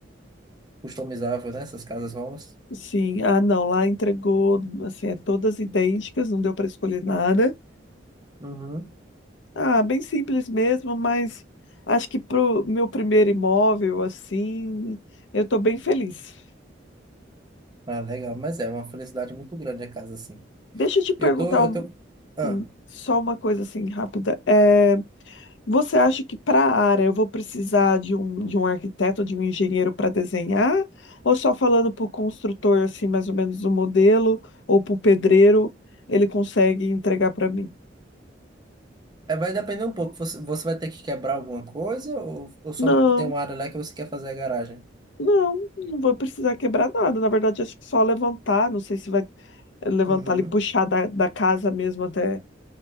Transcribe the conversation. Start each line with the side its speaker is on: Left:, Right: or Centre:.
Right: customizável, né? Essas casas novas.
Left: sim, ah, não, lá entregou, assim, é todas idênticas, não deu para escolher nada.
Right: Uhum.
Left: ah, ah, bem simples mesmo, mas acho que pro meu primeiro imóvel, assim, eu tô bem feliz.
Right: Ah, legal. Mas é uma felicidade muito grande a casa assim.
Left: Deixa eu te perguntar
Right: Eu tô, eu
Left: um-
Right: tô. Ah.
Left: um- só uma coisa assim rápida. É, você acha que para a área eu vou precisar de um, de um arquiteto, de um engenheiro para desenhar? Ou só falando para o construtor, assim, mais ou menos o modelo, ou para o pedreiro, ele consegue entregar para mim?
Right: É, vai depender um pouco. Você, você vai ter que quebrar alguma coisa ou, ou só
Left: Não.
Right: tem uma área lá que você quer fazer a garagem?
Left: Não, não vou precisar quebrar nada. Na verdade, acho que só levantar. Não sei se vai eh, levantar
Right: Uhum.
Left: e puxar da, da casa mesmo até,